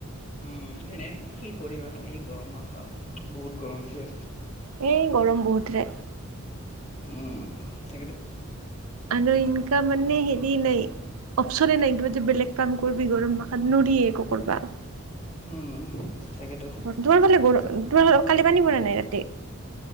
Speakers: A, on the left (about 30°); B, on the right (about 80°).
A: উ এনে কি কৰিম আৰু এই গৰম মাহ আৰু বহুত গৰম দিছে
B: এই গৰম বহুতৰে
A: উ তাকে টো
B: আৰু এনো মানে হেৰি নাই অপচনে নাই কিবা যে বেলেগ কাম কৰিবি গৰম ভাষাত নোৰি একো কৰবা
A: উম, তাকেতো
B: <inaudible> তোমাৰ কালি পানী পৰা নাই ৰাাতি